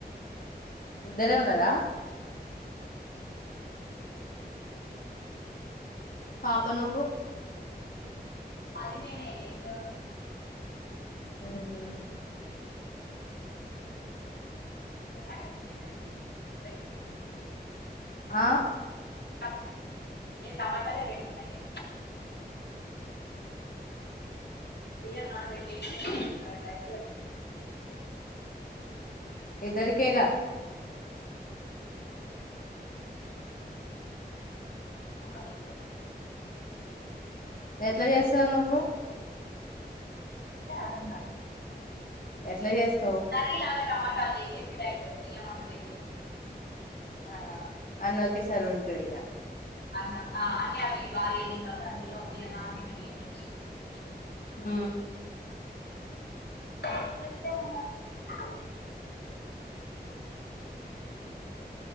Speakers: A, on the left; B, on the left.
A: ఉద్దరే ఉన్నరా పాప నువ్వు
B: అది పోయినయి ఏందో
A: మ్మ్
B: టమోటాలు ఉన్నాయి కదండీ టమాటో రైస్ చేసుకుంటా
A: ఆ
B: టకు ఏ టమాటాలే రెండున్నాయే తీయన <unintelligible> చూసాను
A: ఇద్దరికేగా
B: అది ఇంట్లోనే
A: ఎట్లా చేస్తావు నువ్వు
B: అంటే అదన్న
A: ఎట్లా చేస్త
B: <unintelligible>
A: ఆ అన్ని ఓకేసారి ఊరితదిగా
B: <unintelligible>
A: ఊ
B: <unintelligible>